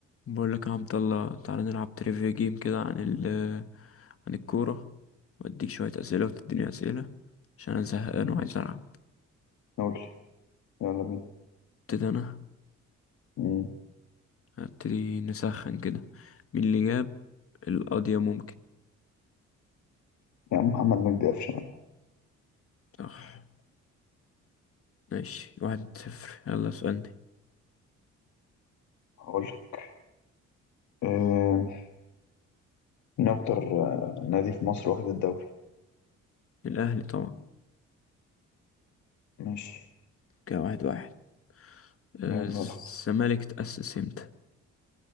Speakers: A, on the left (about 50°); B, on the left (about 75°).
A: بقول لك يا عبد الله تعالى نلعب تريفيا جيم كده عن ال عن الكورة واديك شوية أسئلة وتديني أسئلة عشان أنا زهقان وعايز ألعب
B: قول لي يلا بينا
A: ابتدي أنا
B: مم.
A: هبتدي نسخن كده مين اللي جاب القضية ممكن
B: يا عم محمد مجدي قفشه يا عم
A: صح ماشي واحد صفر يلا اسألني
B: هقول لك آه، مين اكتر آه، نادي في مصر واخد الدوري
A: الأهلي طبعا
B: ماشي
A: كده واحد واحد آه،
B: يلا
A: الزمالك
B: لا
A: تأسس امتى